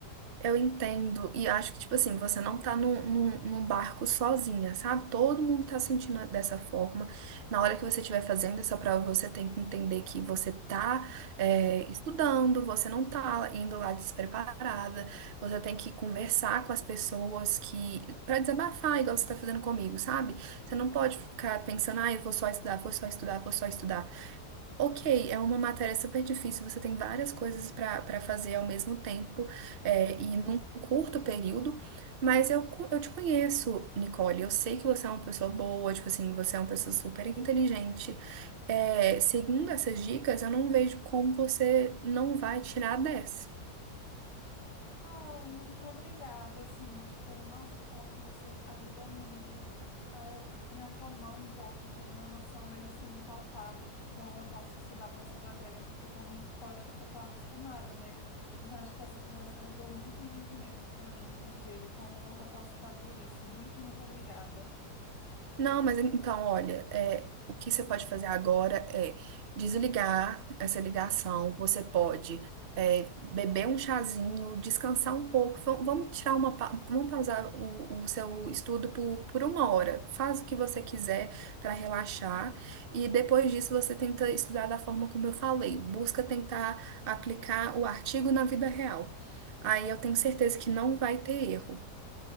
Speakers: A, on the right (about 50°); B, on the left (about 80°).
A: Eu entendo, e acho que, tipo assim, você não tá num, num, num barco sozinha, sabe? Todo mundo tá sentindo dessa forma. Na hora que você estiver fazendo essa prova, você tem que entender que você tá, é, estudando, você não tá indo lá despreparada, você tem que conversar com as pessoas que, pra desabafar, igual você tá fazendo comigo, sabe? Você não pode ficar pensando, ah, eu vou só estudar, vou só estudar, vou só estudar. Ok, é uma matéria super difícil, você tem várias coisas para para fazer ao mesmo tempo é, e num curto período, mas eu, co- eu te conheço, Nicole, eu sei que você é uma pessoa boa, tipo assim, você é uma pessoa super inteligente. É, seguindo essas dicas, eu não vejo como você não vai tirar 10.
B: Ai, muito obrigada, assim, tipo, nossa, falar com você ajudou muito a eu me acalmar um pouco e ter uma noção mais, assim, palpável de como eu posso estudar para essa matéria, porque tá muito fora do que eu tô acostumada, né? Então, acho que essa conversa ajudou muito, muito mesmo para mim entender como eu posso fazer isso. Muito, muito obrigada.
A: Não, mas então, olha, é, o que você pode fazer agora é desligar essa ligação. Você pode é, beber um chazinho, descansar um pouco. Va- Vamos tirar uma, pa- vamos pausar o, o seu estudo por, por uma hora. Faz o que você quiser para relaxar e depois disso você tenta estudar da forma como eu falei. Busca tentar aplicar o artigo na vida real. Aí eu tenho certeza que não vai ter erro.